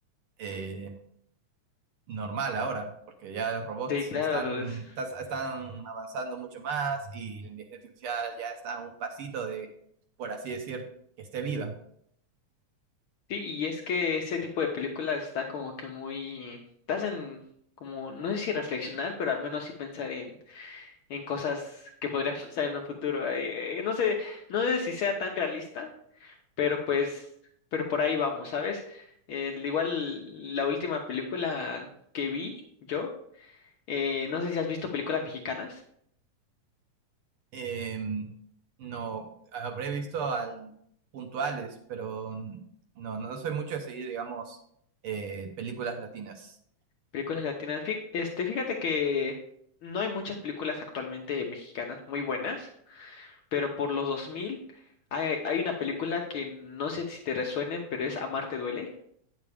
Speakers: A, on the right; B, on the left.
A: eh, normal ahora, porque ya los robots
B: Sí, claro,
A: están,
B: es-
A: tas- están avanzando mucho más y la inteligencia artificial ya está a un pasito de, por así decir, que esté viva.
B: sí, y es que ese tipo de películas está como que muy, te hacen como, no sé si reflexionar, pero al menos sí pensar en, en cosas que podrían <laughs> pasar en un futuro. Ay, eh, no sé, no sé si sea tan realista. pero pues, pero por ahí vamos, ¿sabes? El- igual la última película que vi yo, eh, no sé si has visto películas mexicanas,
A: Em, no, habré visto al puntuales, pero no, no soy mucho de seguir, digamos, eh, películas latinas.
B: películas latinas. Fí- este, fíjate que no hay muchas películas actualmente mexicanas muy buenas, pero por los 2000 hay, hay una película que no sé si te resuene, pero es Amarte duele.